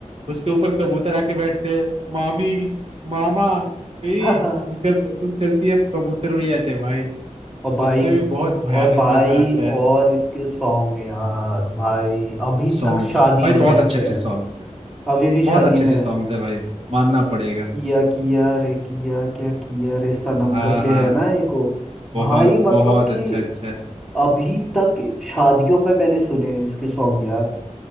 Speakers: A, on the right; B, in the centre.
A: उसके ऊपर कबूतर आके बैठते हैं मामी मामा भी
B: हाँ हाँ
A: उसके बाद बंदूक चलती है कबूतर उड़ जाते हैं भाई
B: और भाई
A: उसमें भी बहुत भयानक
B: और भाई
A: मजा आता है
B: और इसके सॉन्ग यार भाई अभी
A: सॉन्ग्स
B: तक शादी
A: भाई
B: में
A: बहुत
B: बजते
A: अच्छे अच्छे
B: हैं
A: सॉन्ग्स है
B: अभी भी शादी
A: बहुत अच्छे
B: में
A: अच्छे
B: है।
A: सॉन्ग्स है भाई मानना पड़ेगा
B: किया किया रे किया क्या किया रे सनम
A: हाँ
B: करके
A: हाँ
B: है ना एक वो भाई
A: बहुत
B: मतलब
A: बहुत
B: कि
A: अच्छा अच्छा है
B: अभी तक शादियों में मैंने सुने हैं इसके सॉन्ग यार